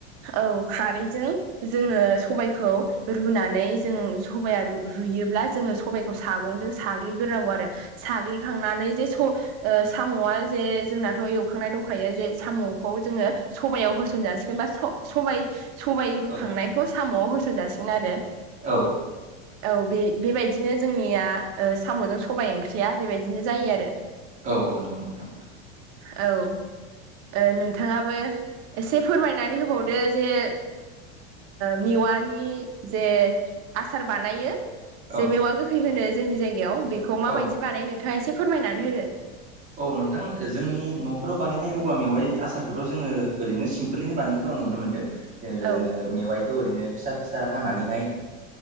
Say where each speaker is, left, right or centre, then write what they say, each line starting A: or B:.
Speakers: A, on the right; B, on the right.
A: औ खारैजों जोङो सबायखौ रुनानै जों सबाया रु रुयोब्ला जोङो सबाइखौ सागंजों साग्लिग्रोनांगौ आरो। साग्लिखांनानै जे स ओ साम'आ जे जोंनाथ' एवखांनाय दंखायो जे साम'खौ जोङो सबायाव होसन जासिगोन बा सबाय सबायाइ रुखांनायखौ
B: औ
A: साम'आव होसनजासिनो आरो
B: औ
A: औ बे बेबायदिनो जोंनिया साम'जों सबाय ओंख्रिया बेबायदिनो जायो आरो
B: औ औ नंगौ नोंथां
A: औ नोंथाङाबो एसे फोरमायनानै होबावदो जे मिवानि जे आसार बानायो जे
B: औ
A: मेवा गोखै होनो जोंनि जायगायाव बेखौ माबायदि
B: औ
A: बानायनो नोंथाङा एसे फोरमायनानै होदो
B: औ नोंथां जोंनि न'फोराव बानायनाय औवा मेवाइ आसारखौथ' जोङो ओरैनो सिमपोलावनो बानायनो खौ आं नुनो मोनदों जेनेबा
A: औ
B: जोङो मेवाइखौ ओरैनो फिसा फिसा हानानैहाय